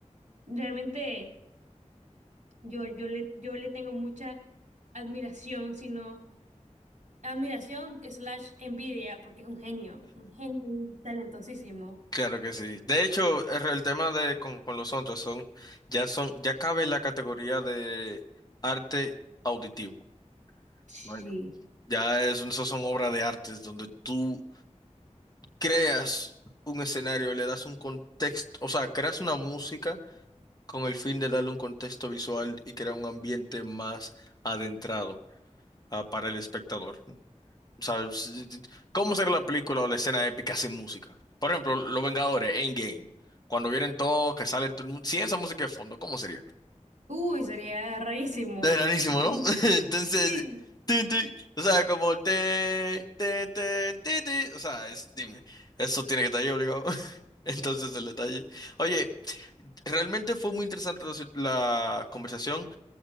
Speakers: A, on the right; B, on the left.
A: Realmente yo, yo le, yo le tengo mucha admiración, sino admiración slash envidia, porque es un genio, un genio talentosísimo.
B: Claro que sí. De hecho, el el tema de con, con los otros son, ya son, ya cabe en la categoría de arte auditivo.
A: Sí.
B: Bueno. Ya es, esas son obras de artes donde tú creas un escenario, le das un contexto, o sea, creas una música con el fin de darle un contexto visual y crear un ambiente más adentrado ah, para el espectador. O sea, s- s- ¿cómo será la película o la escena épica sin música? Por ejemplo, Los Vengadores, Endgame. Cuando vienen todos, que sale todo el mundo, sin esa música de fondo, ¿cómo sería?
A: Uy, sería rarísimo.
B: Es rarísimo,
A: <laughs>
B: ¿no? <laughs> Entonces,
A: Sí,
B: tin, tin, o sea, como te, te, te, ti, ti, o sea, es- dime, eso tiene que estar ahí obligado. <laughs> Entonces, el detalle. Oye, Realmente fue muy interesante la, la conversación.